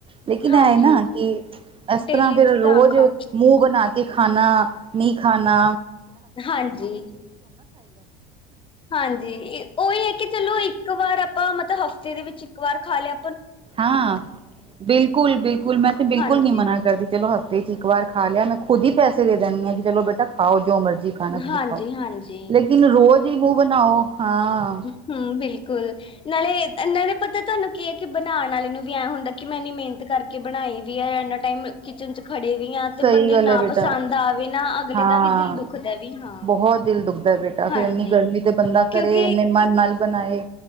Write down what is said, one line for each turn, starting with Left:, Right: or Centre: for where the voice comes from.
Right: ਲੇਕਿਨ
Left: ਹਾਂਜੀ
Right: ਐਏਨਾ। ਕਿ ਐਸ
Left: ਡੇਲੀ
Right: ਤਰਾਂ ਫੇਰ
Left: ਚ
Right: ਰੋਜ਼
Left: ਤਾਂ ਆਖਾਂ
Right: ਮੂੰ ਬਨਾ ਕੇ ਖਾਨਾ ਨੀ ਖਾਨਾ।
Left: ਹਾਂਜੀ, ਹਾਂਜੀ ਓਈ ਐ ਕਿ ਚਲੋ ਇੱਕ। ਇੱਕ ਵਾਰ ਆਪਾਂ ਮਤਬ ਹਫ਼ਤੇ ਦੇ ਵਿੱਚ ਇੱਕ ਵਾਰ ਖਾਲੇਆ।
Right: ਹਾਂ ਬਿਲਕੁਲ-ਬਿਲਕੁਲ ਮੈਂ ਤੇ ਬਿਲਕੁਲ
Left: ਹਾਂਜੀ
Right: ਨੀ ਮਨਾ ਕਰਦੀ ਚਲੋ। ਹਫਤੇ ਚ ਇੱਕ ਵਾਰ ਖਾਲੇਆ ਮੈਂ ਖੁਦ ਈ ਪੈਸੇ ਦੇ ਦੇਨੀ ਆ ਕਿ ਚਲੋ ਬੇਟਾ ਖਾਓ ਜੋ ਮਰਜ਼ੀ। ਖਾਨਾ ਤੁਸੀ
Left: ਹਾਂਜੀ
Right: ਖਾਓ
Left: ਹਾਂਜੀ
Right: ਲੇਕਿਨ ਰੋਜ਼ ਈ ਮੂੰ ਬਨਾਓ ਹਾਂ।
Left: ਹੂੰ, ਬਿਲਕੁਲ ਨਾਲੇ। ਐਨਾਂ ਨੀ ਪਤਾ ਤੋਨੂੰ ਕੀ ਐ ਕਿ ਬਨਾਣ ਆਲੇ ਨੂੰ ਵੀ ਐਂ ਹੁੰਦਾ ਕਿਨੀ ਮੇਨਤ ਕਰਕੇ ਬਣਾਈ ਵੀ ਐਨਾਂ ਟਾਈਮ। ਕਿਚਨ ਚ ਖੜੇ ਵੀ ਆ ਤੇ
Right: ਸਹੀ
Left: ਬੰਦੇ
Right: ਗੱਲ
Left: ਨਾ
Right: ਹੈ ਬੇਟਾ
Left: ਪਸਾੰਦ ਆਵੇ ਨਾ ਅਗਲੇ
Right: ਹਾਂ
Left: ਦਾ ਵੀ ਦਿਲ ਦੁਖਦਾ ਵੀ ਹਾਂ।
Right: ਬਹੁਤ ਦਿਲ ਦੁਖਦਾ ਬੇਟਾ ਫ਼ੇਰ
Left: ਹਾਂਜੀ
Right: ਇੰਨੀ ਗਰਮੀਂ ਤੇ ਬੰਦਾ
Left: ਕਿਉਂਕਿ
Right: ਕਰੇ ਏਨੇ ਮਨ ਨਾਲ ਬਨਾਏ।